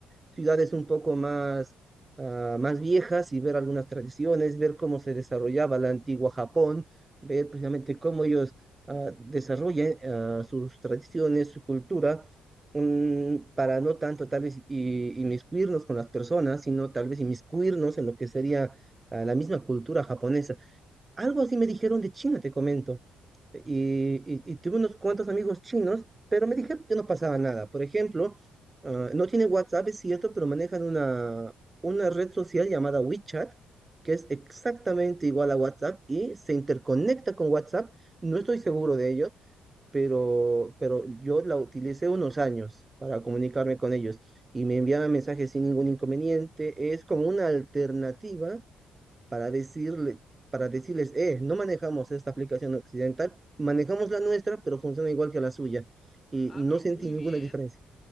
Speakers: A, on the right; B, on the left.
A: ciudades un poco más, ah, más viejas y ver algunas tradiciones, ver cómo se desarrollaba la antigua Japón, ver precisamente cómo ellos ah, desarrollen ah, sus tradiciones, su cultura, mm, para no tanto tal vez i- inmiscuirnos con las personas, sino tal vez inmiscuirnos en lo que sería ah, la misma cultura japonesa. Algo así me dijeron de China, te comento. Y, y- y tuve unos cuantos amigos chinos, pero me dijeron que no pasaba nada. Por ejemplo, ah, no tienen WhatsApp, es cierto, pero manejan una, una red social llamada WeChat, que es exactamente igual a WhatsApp y se interconecta con WhatsApp. No estoy seguro de ello, pero, pero yo la utilicé unos años para comunicarme con ellos y me enviaban mensajes sin ningún inconveniente. Es como una alternativa para decirle, para decirles, eh, no manejamos esta aplicación occidental, manejamos la nuestra, pero funciona igual que la suya. Y
B: Ah,
A: no
B: pero
A: sentí
B: muy
A: ninguna
B: bien.
A: diferencia.